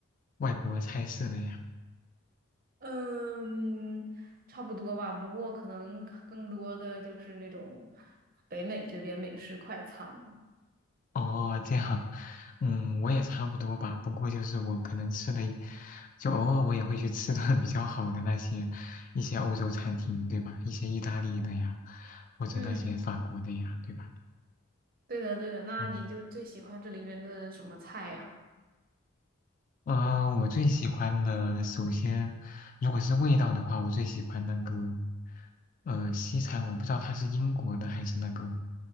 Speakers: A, on the left; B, on the right.
A: 外国菜式了呀？
B: 嗯，差不多吧，不过可能更多的就是那种北美这边美式快餐了。
A: 哦，这样，嗯，我也差不多吧。不过就是我可能吃的也，就偶尔我也会去吃顿比较好的那些一些欧洲餐厅，对吧？一些意大利的呀，或者那些法国的呀，
B: 嗯，
A: 对吧？
B: 对的，对的。那你就最喜欢这里边的什么菜呀？
A: 嗯。嗯，我最喜欢的，首先，如果是味道的话，我最喜欢那个，呃，西餐，我不知道它是英国的还是那个，